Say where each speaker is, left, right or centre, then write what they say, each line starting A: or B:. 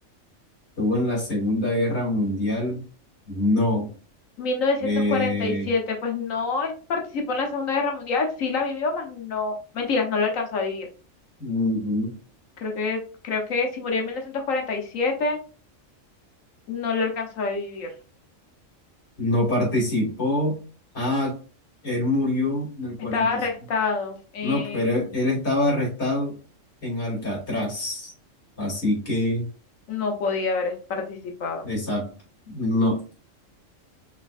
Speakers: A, on the left; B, on the left.
A: Estuvo en la Segunda Guerra Mundial. No.
B: Mil novecientos
A: Eh,
B: cuarenta y siete, pues no es- participó en la Segunda Guerra Mundial, sí la vivió, más no, mentiras, no la alcanzó a vivir.
A: ujú.
B: Creo que, creo que si murió en 1947 no lo alcanzó a vivir.
A: No participó. Ah, él murió en el 40.
B: Estaba arrestado, eh,
A: No, pero él estaba arrestado en Alcatraz. Así que,
B: no podía haber participado.
A: exacto. No,